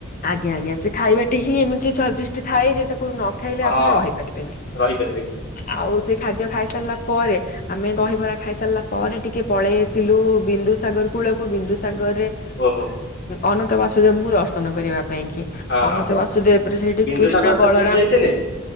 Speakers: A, on the left (about 40°); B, on the left (about 55°).
A: ଆଜ୍ଞା ଆଜ୍ଞା ସେ ଖାଇବାଟଟି ହିଁ ଏମିତି ସ୍ଵାଦିଷ୍ଟ ଥାଏ ଯେ ତାକୁ ନ ଖାଇଲେ
B: ହଁ
A: ଆପଣ ରହିପାରିବେନି।
B: ରହିପାରିବେନି
A: ଆଉ ସେ ଖାଦ୍ୟ ଖାଇ ସାରିଲା ପରେ ଆମେ ଦହିବରା ଖାଇ ସାରିଲା ପରେ ଟିକେ ପଳେଇ ଆସିଲୁ ବିନ୍ଦୁସାଗର କୂଳକୁ ବିନ୍ଦୁସାଗର ରେ ଉଁ
B: ଓହୋ
A: ଅନନ୍ତ ବାସୁଦେବଙ୍କୁ ଦର୍ଶନ କରିବା ପାଇଁ କି।
B: ହଁ
A: ଅନନ୍ତ
B: ହଁ
A: ବାସୁଦେବପରେ ସେଠି
B: ବିନ୍ଦୁସାଗର
A: କୃଷ୍ଣା,
B: ସେପଟକୁ
A: ବଳରାମ
B: ଯାଇଥିଲେ